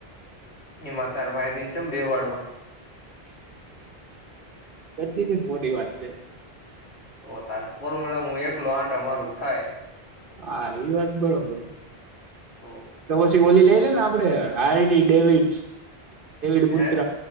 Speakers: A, on the left; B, on the right.
A: એમાં તાર ભાઈબીંચમ બેહાડવા
B: <inaudible> કરદીધીને મોટી વાત છે.
A: તો તારે ફોર્મ્યુલા હું એકલો આતો અમારું થાય.
B: હા એ વાત બરોબર <inaudible>
A: તો
B: તી ઓલી લઈ લે ને, આપડે હળવી ડેવિડસ. ડેવિડ પુત્ર
A: હે